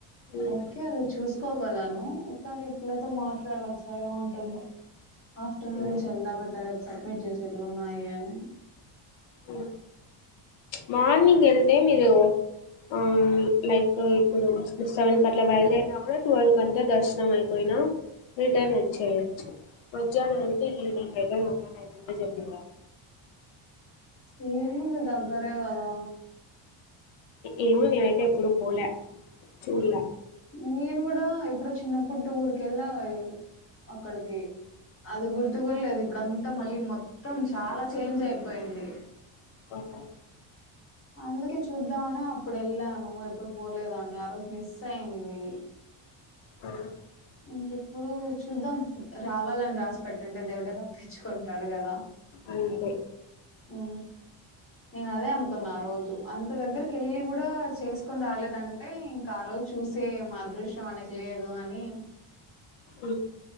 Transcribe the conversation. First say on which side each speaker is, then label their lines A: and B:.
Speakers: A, on the left (about 65°); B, on the left (about 25°).
A: మ్మ్
B: ఓకే అది చూస్ పోగలను ఒకసారి ఇల్లతో మాట్లాడసార ఉంటుంద ఆఫ్టర్నూన్
A: మ్మ్
B: నుంచిల్ సబ్మిట్ చేసేట్టు ఉన్నాయి అని
A: ఓ మార్నింగ్ ఏ మీరు ఆ లైకు ఇ సెవెన్ క అట్లా బయలుదేరినా కూడా ట్వెల్ కంతా దర్శనం అయిపోయిన రిటర్న్ వచ్చేయొచ్చు మధ్యాహ్నం అంటే ఈవినింగ్ అయితది మళంటే జరి
B: ఏ ఏను లేదా బర కదా
A: ఏమ నేనైతే ఎప్పుడు పోలే చూడలా
B: నేను కూడా ఎప్పుడ చిన్నప్పు ఊరుక ఎలా అక్కడికి అది గురి లేదు ఇప్పుడ అంతా మళ్ళీ మొత్ మొత్తం చాలా చేంజ్ అయిపోయింది. ఉ
A: ఓహో
B: అందుకే చూద్దామనే అప్పుడు వెళ్ళాను ఎప్పుడు పోలేదాన్ని ఆ రోజు మిస్ అయింది
A: అవు
B: ఇంకెప్పుడు చూద్దాం రావాలని రాసి పెట్టుంటే దేవుడే రప్పించుకుంటాడు కదా
A: అంతే
B: ఉ నేను అదే అనుకున్నా ఆ రోజు అంత దగ్గరికి వెళ్ళి కూడా చేసుకొని రాలేదంటే ఇంకా ఆ రోజు చూసే మా అదృష్ట్యం మనకి లేదు అని
A: హ